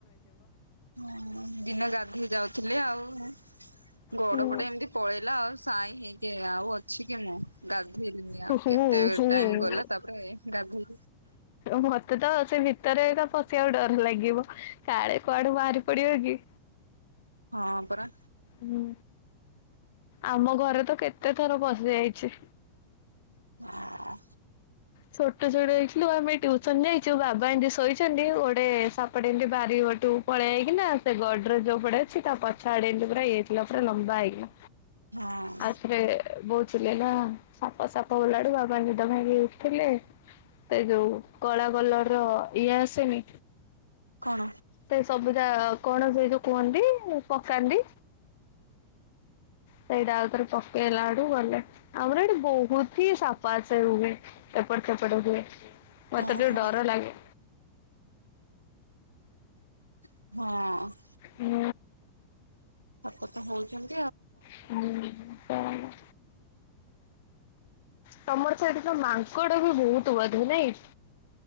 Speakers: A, on the right; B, on the left.
A: ହଁ ଦିନ ଗାଧେଇ ଯାଉଥିଲେ ଆଉ। ଗୋଡ
B: ହୁଁ
A: ପଟେ ଏମିତି ପଳେଇଲା ଆଉ ସାଇଁ ହେଇକି ଆଉ ଅଛି। ମୁଁ ଗାଧେଇଲିନି
B: ହୁଁ
A: ଆଉ କେତେ
B: ହୁଁ।
A: ଟାଇମ ଗଲା ତାପରେ ଗାଧେଇ
B: ମତେ ତ ସେ ଭିତରେ ତ ପଶିବାକୁ ଡର ଲାଗିବ। କାଳେ କୁଆଡୁ ବାହାରି ପଡିବ କି?
A: ହଁ ପରା।
B: ହୁଁ। ଆମ ଘରେ ତ କେତେ ଥର ପଶିଯାଇଚି।
A: ହଁ।
B: ଛୋଟ ଛୋଟ ହେଇଥିଲୁ ଆମେ ଟ୍ୟୁସନ ଯାଇଚୁ। ବାବା ଏମତି ଶୋଇଚନ୍ତି। ଗୋଟେ ସାପଟେ ଏମିତି ବାହାରି ହେଟୁ ପଳେଇ ଆଇକିନା ସେ ଗଡରେଜ ଯୋଉ ପଟେ ଅଛି ତା ପଛ ଆଡେ ଏମିତି ପୁରା ଏ କ୍ଲାସର ଲମ୍ବା ହେଇକିନା
A: ହଁ
B: ଆଉଥରେ ବହୁଥିଲେ ନା ସାପ ସାପ ଓଲାଡୁ ଆଉ କଣ ନିଦ ଭାଙ୍ଗି ଥିଲେ ସେ ଯୋଉ କଳା କଲର ର ଇଏ ଆସେନି।
A: କଣ
B: ସେ ସବୁଦା କଣ ସେଇ ଯୋଉ କୁହନ୍ତି ପକାନ୍ତି। ସେଇଟା ଆଉଥର ପକେଇଲା ଆଡୁ ଗଲେ ଆମର ଏଇଠି ବହୁତ ହି ସାଫା ସେ ହୁଏ। ଏପଟ ସେପଟ ହୁଏ ମତେ
A: ଓହୋ
B: ଟିକେ ଡର ଲାଗେ।
A: ହଁ।
B: ହୁଁ।
A: ସାପ ତ ହଉଚନ୍ତି।
B: ହୁଁ କଣ? ତମର ସେ ଏଠି ତ ମାଙ୍କଡ ବି ବହୁତ ବଧେ ନାଇଁ।